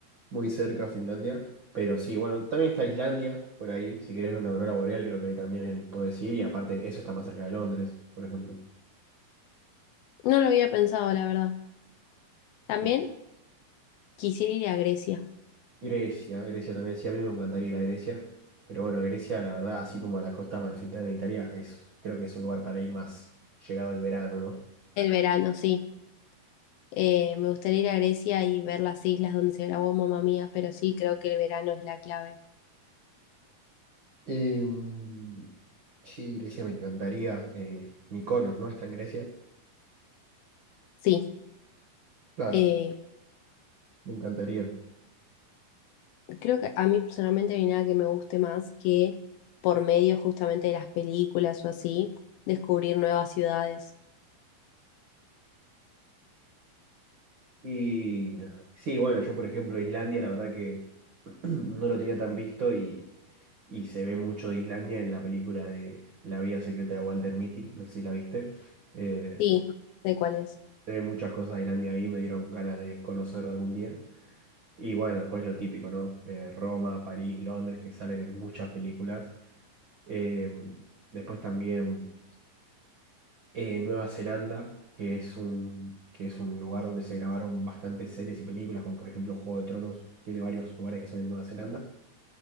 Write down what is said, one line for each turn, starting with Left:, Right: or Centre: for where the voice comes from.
Right: muy cerca Finlandia, pero sí, bueno, también está Islandia por ahí, si querés una aurora boreal, creo que ahí también podés ir y aparte eso está más cerca de Londres, por ejemplo.
Left: No lo había pensado, la verdad. También
Right: Eh,
Left: quisiera ir a Grecia
Right: Grecia, Grecia también, sí, a mí me encantaría ir a Grecia, pero bueno, Grecia, la verdad, así como a la costa amalfitana de Italia, es, creo que es un lugar para ir más llegado el verano, ¿no?
Left: el verano, sí. Eh, me gustaría ir a Grecia y ver las islas donde se grabó Mamma Mía, pero sí creo que el verano es la clave.
Right: Em, sí, Grecia me encantaría, eh, Mykonos, ¿no? Está en Grecia.
Left: Sí,
Right: Claro.
Left: eh,
Right: Sí, Me encantaría.
Left: creo que a mí personalmente no hay nada que me guste más que por medio justamente de las películas o así, descubrir nuevas ciudades.
Right: Y sí, bueno, yo por ejemplo, Islandia, la verdad que <clears throat> no lo tenía tan visto y, y se ve mucho de Islandia en la película de La vida secreta de Walter Mitty, no sé si la viste. Eh,
Left: Sí, de cuáles
Right: sé muchas cosas de Islandia ahí, me dieron ganas de conocer algún día. Y bueno, después lo típico, ¿no? Eh, Roma, París, Londres, que salen en muchas películas. Eh, después también eh, Nueva Zelanda, que es un, que es un lugar donde se grabaron bastantes series y películas, como por ejemplo Juego de Tronos, tiene varios lugares que son en Nueva Zelanda.